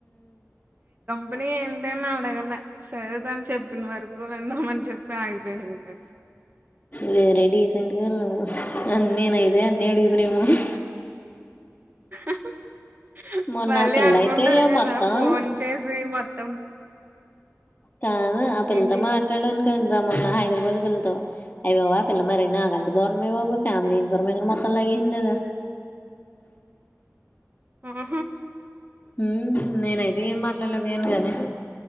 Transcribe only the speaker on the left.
వేరే రీసెంట్ గా వెళ్ళాము అన్ని నయి ఏ నేడు ఇధెనెమో అని
మొన్న
ఆ పిల్ల
అయితే
మొత్తం
కాదు ఆ పిల్లతో
మాట్లాడాను వెళ్దాంన్న హైదరాబాద్ పిల్లతో అయి్యాబవా ఆ పిల్ల మరనా ఆ గంట దూరమే బాబ ఫ్యామిలీ ఇన్ఫర్మేషన్ మొత్తం లాగ అయింది కదా
ఉమ్ నేన అయితే ఏం మాట్లాడలే అనుగాని